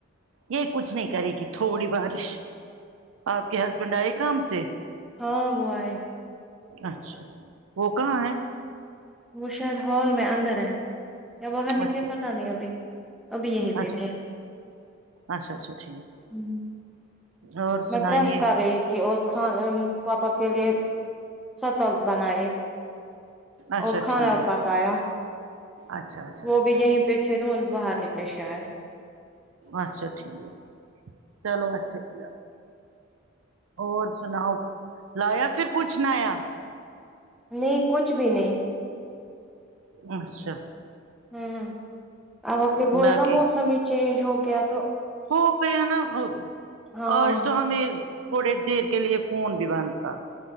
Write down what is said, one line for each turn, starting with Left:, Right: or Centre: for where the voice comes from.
Right: یہ کچھ نہیں کرے گی تھوڑی بارش آپ کے ہسبینڈ آئے کام سے
Centre: ہاں وہ آئے
Right: اچھا وہ کہاں ہے
Centre: وہ شاید ہال میں اندر ہے یا باہر نکلے
Right: اچھا
Centre: پتہ نہیں ابھی ابھی یہی پہ
Right: اچھا
Centre: تھے
Right: اچھا اچھا ٹھیک
Centre: ہوں
Right: اور
Centre: میں
Right: سنائیے
Centre: پریس کر رہی تھی اور خان پاپا کے لیے سچل بنائے
Right: اچھا
Centre: اور کھانا
Right: ٹھیک
Centre: پکایا
Right: اچھا اچھا
Centre: وہ
Right: اچھا
Centre: بھی یہیں پے تھے تو وہ باہر نکلے شاید
Right: اچھا ٹھیک چلو اچھا کیا اور سناؤ لایا پھر کچھ نیا
Centre: نہیں کچھ بھی نہیں
Right: اچھا
Centre: ہوں اب آپ نے بولا
Right: باقی
Centre: نا موسم ہی چینج ہو گیا تو
Right: ہو گیا نا اور
Centre: ہاں
Right: آج تو ہمیں تھوڑی دیر کے لیے فون بھی بند تھا